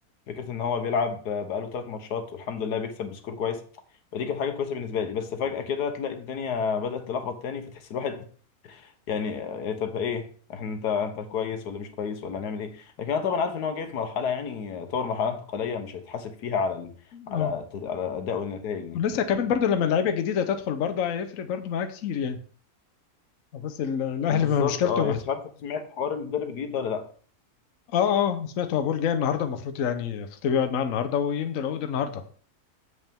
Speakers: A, on the left (about 80°); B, on the left (about 60°).
A: فكرة إن هو بيلعب بقاله ثلاث ماتشات والحمد لله بيكسب بسكور كويس فدي كانت حاجة كويسة بالنسبة لي بس فجأة كده تلاقي الدنيا بدأت تلخبط تاني فتحس الواحد يعني آه، طب إيه إحنا أنت أنت كويس ولا مش كويس ولا هنعمل إيه لكن أنا طبعا عارف إن هو جاي في مرحلة يعني آه، طور مرحلة انتقالية مش هيتحاسب فيها على ال... على
B: اه
A: على أداء والنتائج يعني
B: ولسه كمان برضو لما اللعيبه الجديده تدخل برضو هيفرق برضو معاه كتير يعني بس ال- الاهلي
A: بالظبط
B: ما مشكلته
A: أه يعني مش عارف سمعت حوار المدرب الجديد ده ولا لأ
B: اه اه سمعت هو بول جاي النهارده المفروض يعني الخطيب يقعد معاه النهارده ويمضي العقود النهارده